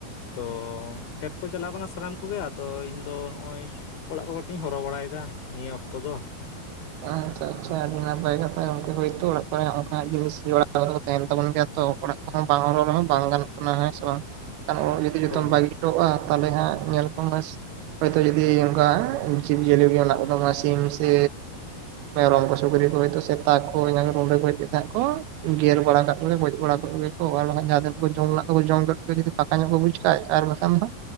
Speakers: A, on the left (about 70°); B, on the right (about 85°).
A: ᱛᱚ ᱠᱷᱮᱛ ᱠᱚ ᱪᱟᱞᱟᱣ ᱠᱟᱱᱟ ᱥᱟᱱᱟᱢ ᱠᱚᱜᱮ ᱟᱫᱚ ᱤᱧᱫᱚ ᱱᱚᱜᱼᱚᱭ ᱚᱲᱟᱜ ᱠᱚ ᱠᱟᱹᱴᱤᱡ ᱤᱧ ᱦᱚᱨᱦᱚ ᱵᱟᱲᱟᱭᱮᱫᱟ ᱱᱤᱭᱟᱹ ᱚᱠᱛᱚ ᱫᱚ᱾
B: ᱟᱪᱪᱷᱟ ᱟᱪᱪᱷᱟ ᱟᱹᱰᱤ ᱱᱟᱯᱟᱭ ᱠᱟᱛᱷᱟ ᱜᱚᱝᱠᱮ ᱦᱚᱭᱛᱳ ᱚᱲᱟᱜ ᱠᱚᱨᱮ ᱚᱱᱠᱟᱱᱟᱜ ᱡᱤᱱᱤᱥ ᱡᱚᱲᱟᱣ ᱛᱟᱦᱮᱱ ᱛᱟᱵᱚᱱ ᱜᱮᱭᱟ ᱛᱚ ᱚᱲᱟᱜ ᱵᱟᱝ ᱦᱚᱨᱦᱚ ᱨᱮᱦᱚᱸ ᱵᱟᱝ ᱜᱟᱱᱚᱜ ᱠᱟᱱᱟ ᱦᱮᱸ ᱥᱮ ᱵᱟᱝ <unintelligible> ᱡᱩᱫᱤ ᱡᱚᱛᱚᱢ
A: ᱦᱳᱭ
B: ᱵᱟᱹᱜᱤ ᱠᱚᱣᱟ ᱛᱟᱦᱚᱞᱮ ᱦᱟᱸᱜ ᱧᱮᱞ ᱠᱚ ᱢᱮ ᱦᱚᱭᱛᱚ ᱡᱩᱫᱤ ᱚᱱᱠᱟ ᱡᱤᱵᱽ ᱡᱤᱭᱟᱹᱞᱤ ᱜᱮ ᱢᱮᱱᱟᱜ ᱠᱚᱫᱟ ᱥᱤᱢ ᱥᱮᱻ ᱢᱮᱨᱚᱢ ᱠᱚ ᱥᱩᱠᱨᱤ ᱠᱚ ᱦᱚᱭᱛᱚ ᱥᱮᱛᱟ ᱠᱚ ᱨᱩᱸᱰᱟᱹ ᱠᱚ ᱦᱮᱡ ᱠᱟᱛᱮ ᱦᱟᱜ ᱠᱚ ᱜᱮᱨ ᱵᱟᱲᱟ ᱠᱟᱜ ᱠᱚᱜᱮ ᱜᱚᱡ ᱵᱟᱲᱟ ᱠᱟᱜ ᱠᱚ ᱟᱨ ᱡᱟᱦᱟᱸ ᱛᱤᱱᱟᱹᱜ ᱠᱚ ᱡᱚᱢ ᱢᱮᱱᱟᱜ ᱠᱚᱠᱚ ᱡᱚᱢ ᱠᱮᱫ ᱜᱮ ᱡᱩᱫᱤ ᱯᱷᱟᱠᱟ ᱧᱚᱜ ᱠᱚ ᱵᱩᱡ ᱠᱷᱟᱡ ᱟᱨ ᱵᱟᱠᱷᱟᱱ ᱫᱚ